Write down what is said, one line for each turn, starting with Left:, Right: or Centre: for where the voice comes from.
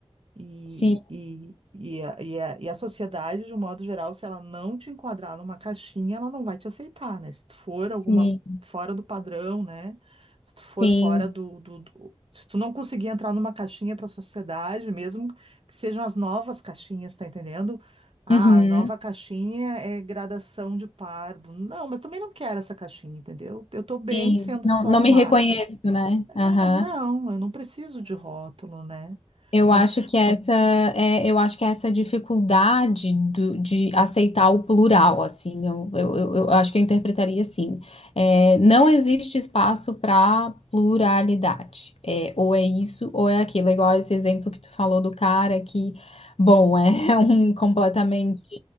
Right: E,
Left: Sim,
Right: e, e, a, e, a, e a sociedade, de um modo geral, se ela não te enquadrar numa caixinha, ela não vai te aceitar, né? Se tu for alguma
Left: sim,
Right: fora do padrão, né? Se tu for
Left: sim.
Right: fora do, do, do- Se tu não conseguir entrar numa caixinha para a sociedade, mesmo que sejam as novas caixinhas, tá entendendo? Ah,
Left: Uhum.
Right: a nova caixinha é gradação de pardo. Não, mas também não quero essa caixinha, entendeu? Eu tô bem
Left: Sim.
Right: sendo
Left: Não,
Right: só
Left: não
Right: a
Left: me
Right: Marta.
Left: reconheço, né?
Right: É,
Left: Aham.
Right: não, eu não preciso de rótulo, né?
Left: Eu
Right: Não
Left: acho que essa é, eu acho que essa dificuldade do- de aceitar o plural, assim, eu, eu, eu- eu acho que eu interpretaria assim. É, não existe espaço para pluralidade. É, ou é isso ou é aquilo. É Igual esse exemplo que tu falou do cara que, bom, é <laughs> um completamente